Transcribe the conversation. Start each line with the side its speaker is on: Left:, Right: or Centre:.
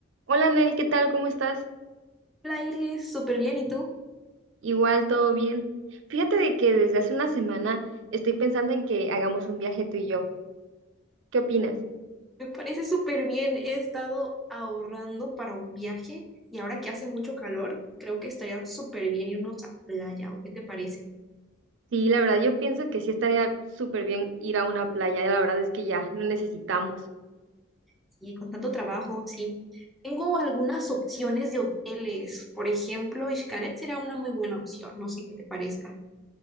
Right: Hola Nel, ¿qué tal? ¿Cómo estás?
Centre: La Iris, súper bien. ¿Y tú?
Right: Igual, todo bien. Fíjate de que desde hace una semana estoy pensando en que hagamos un viaje tú y yo. ¿Qué opinas?
Centre: Me parece súper bien. He estado ahorrando para un viaje y ahora que hace mucho calor, creo que estaría súper bien irnos a playa. ¿O qué te parece?
Right: Sí, la verdad yo pienso que sí estaría súper bien ir a una playa, la verdad es que ya lo necesitamos.
Centre: Sí, con tanto trabajo, sí. Tengo algunas opciones de hoteles. Por ejemplo, Xcaret sería una muy buena opción. No sé qué te parezca.